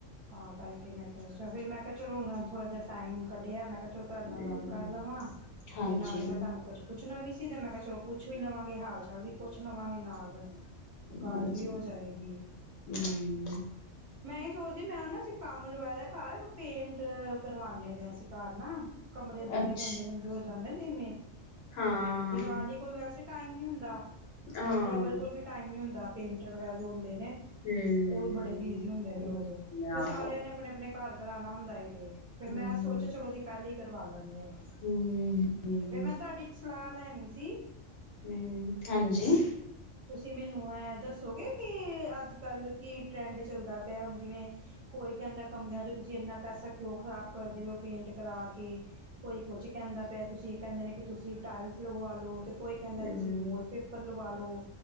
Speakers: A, on the right; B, on the left.
A: ਤਾਂ ਕਰਕੇ ਮੈਂ ਕਿਹਾ ਫਿਰ ਮੈਂ ਕਿਹਾ ਚਲੋ ਹੁਣ ਥੋੜਾ ਜਿਹਾ ਟਾਈਮ ਕੱਢਿਆ, ਮੈਂ ਕਿਹਾ ਚਲੋ ਤੁਹਾਡੇ ਨਾਲ
B: ਹਮ
A: ਗੱਲ ਕਰ ਲਵਾਂ,
B: ਹਾਂਜੀ।
A: ਤੇ ਨਾਲੇ ਮੈਂ ਤੁਹਾਨੂੰ ਕੁੱਛ ਪੁੱਛਣਾਂ ਵੀ ਸੀ ਤੇ ਮੈਂ ਕਿਹਾਂ ਚਲੋ ਪੁੱਛ ਵੀ ਲਵਾਂਗੇ ਹਾਲ ਚਾਲ ਵੀ ਪੁੱਛ ਲਵਾਂਗੇ, ਨਾਲ ਤੇ ਗੱਲ
B: ਹਾਂਜੀ
A: ਵੀ ਹੋ ਜਾਏਗੀ। <inaudible>
B: ਹਮ।
A: ਮੈਂ ਏ ਸੋਚਦੀ ਮੈਂ ਨਾ ਕੰਮ ਲਵਾਏ ਦਾ ਘਰ ਪੇਂਟ ਕਰਵਾਨੇ ਪੇ ਆ ਅਸੀਂ ਘਰ ਨਾ ਕਮਰੇ ਬੜੇ
B: ਅੱਛ
A: ਗੰਦੇ ਗੰਦੇ ਹੋ ਜਾਂਦੇ ਨੇ ਜਿਵੇਂ
B: ਹਾਂ
A: ਤੇ ਦੀਵਾਲੀ ਕੋਈ ਵੈਸੇ ਟਾਈਮ ਨੀ ਹੁੰਦਾ।
B: ਹਾਂ
A: ਓ ਲੇਬਰ ਕੋਲ ਵੀ ਟਾਈਮ ਨੀ ਹੁੰਦਾ ਪੇਂਟਰ ਵਗੈਰਾ ਜੋ ਹੁੰਦੇ ਨੇ
B: ਹਮ
A: ਉਹ ਵੀ ਬੜੇ ਬਿਜੀ ਹੁੰਦੇ ਨੇ ਉਦੋਂ, ਵੀ
B: ਆਹੋ
A: ਸਾਰਿਆਂ ਨੇ ਆਪਣੇਂ ਆਪਣੇਂ ਘਰ ਕਰਾਉਣਾਂ ਹੁੰਦਾ ਏ, ਤੇ ਫੇਰ
B: ਹਮ
A: ਮੈਂ ਸੋਚਿਆ ਚਲੋਂ ਅਸੀਂ ਪਹਿਲਾਂ ਹੀ ਕਰਵਾ ਲੈਂਨੇ ਆ।
B: ਹਮ ਹਮ
A: ਫੇਰ ਮੈਂ ਤੁਹਾਡੀ ਇੱਕ ਸਲਾਹ ਲੈਂਣੀ ਸੀ।
B: ਹੂੰ, ਹਾਂਜੀ
A: ਤੁਸੀਂ ਮੈਨੂੰ ਐ ਦੱਸੋਗੇ ਕਿ ਅੱਜ ਕੱਲ੍ਹ ਕੀ ਟਰੈਂਡ ਚੱਲਦਾ ਪਿਆ ਹੁਣ ਜਿਵੇਂ- ਕੋਈ ਕਹਿੰਦਾਂ ਕਮਰਿਆਂ ਚ ਤੁਸੀਂ ਇੰਨਾ ਪੈਸਾਂ ਕਿਉਂ ਖ਼ਰਾਬ ਕਰਦੇਂ ਹੋ ਪੇਂਟ ਕਰਾਂ ਕੇ ਕੋਈ ਕੁਝ ਕਹਿੰਦਾ ਪਿਆ ਤੁਸੀਂ ਇਹ ਕਹਿੰਦੇ ਨੇ ਕਿ ਤੁਸੀਂ ਟਾਇਲਸ ਲਗਵਾ ਲਓ। ਕੋਈ ਕਹਿੰਦਾ
B: ਹਮ
A: ਤੁਸੀਂ ਵੋਲਪੇਪਰ ਲਵਾ ਲਓ।